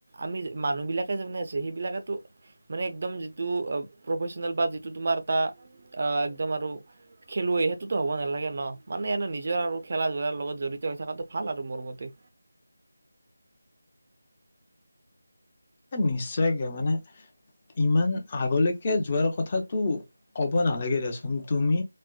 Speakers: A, on the right; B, on the left.
A: আমি মানুহবিলাকে যোননে আছে সেইবিলাকেতো মানে একদম যিটো প্ৰফেচনেল বা যিটো তোমাৰ এটা আহ একদম আৰু খেলুৱৈ সেইটোতো হ'ব নালাগে ন মানে এনে নিজৰ আৰু খেলা ধূলাৰ লগত জড়িত হৈ থকাটো ভাল আৰু মোৰ মতে
B: নিশ্চয়কে মানে ইমান আগলৈকে যোৱাৰ কথাটো ক'ব নালাগে দেচোন তুমি